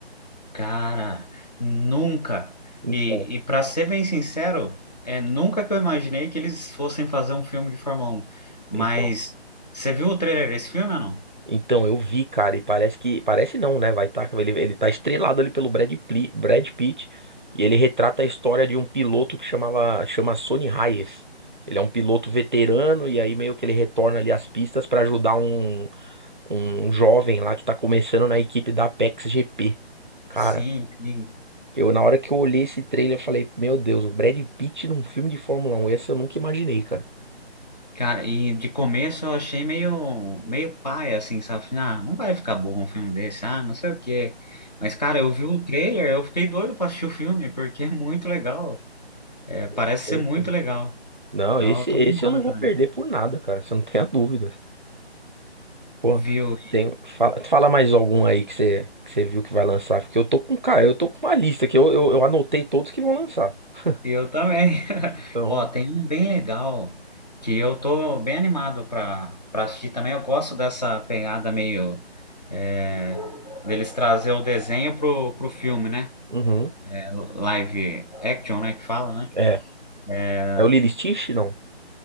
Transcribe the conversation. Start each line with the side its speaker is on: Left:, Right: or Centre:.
Left: Cara, nunca.
Right: Então,
Left: E, e para ser bem sincero, é nunca que eu imaginei que eles fossem fazer um filme de Fórmula 1. Mas
Right: Então,
Left: você viu o trailer desse filme ou não?
Right: Então, eu vi, cara, e parece que. Parece não, né? Vai tá, ele, ele tá estrelado ali pelo Brad, Pli- Brad Pitt. E ele retrata a história de um piloto que chamava, chama Sonny Hayes. Ele é um piloto veterano, e aí meio que ele retorna ali às pistas pra ajudar um, um jovem lá que tá começando na equipe da Apex GP. Cara,
Left: Sim, e,
Right: eu na hora que eu olhei esse trailer, eu falei, meu Deus, o Brad Pitt num filme de Fórmula Um, esse eu nunca imaginei, cara.
Left: cara, e de começo eu achei meio, meio paia, assim, sabe? Falei, Ah, não vai ficar bom um filme desse, ah, não sei o quê. Mas, cara, eu vi o trailer, eu fiquei doido pra assistir o filme, porque é muito legal. É, parece
Right: Poxa, interessante.
Left: ser muito legal.
Right: Não,
Left: Então,
Right: esse,
Left: eu tô
Right: esse
Left: animado
Right: eu não vou
Left: também.
Right: perder por nada, cara. Você não tem a dúvida. Pô,
Left: Viu?
Right: tem, fala, fala mais algum aí que você que você viu que vai lançar, porque eu tô com, cara, eu tô com uma lista que eu, eu, eu anotei todos que vão lançar. <laughs>
Left: Eu também. <laughs>
Right: Então,
Left: Ó, tem um bem legal que eu tô bem animado para para assistir também. Eu gosto dessa pegada meio é, deles trazer o desenho pro, pro filme, né?
Right: uhum,
Left: É, Live action, né? Que fala, né?
Right: é.
Left: É,
Right: É o Lilo e Stitch, não?